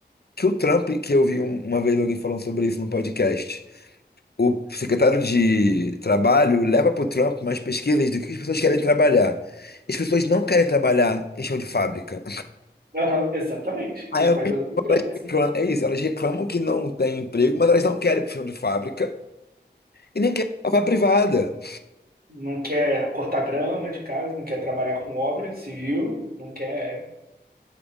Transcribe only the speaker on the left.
que o Trump, que eu vi um- uma vez alguém falando sobre isso no podcast. O secretário de Trabalho leva para o Trump umas pesquisas do que as pessoas querem trabalhar. As pessoas não querem trabalhar em chão de fábrica.
Aí,
ao
mesmo tempo,
elas reclamam- é isso, elas reclamam que não tem emprego, mas elas não querem pro chão de fábrica e nem querem para a privada.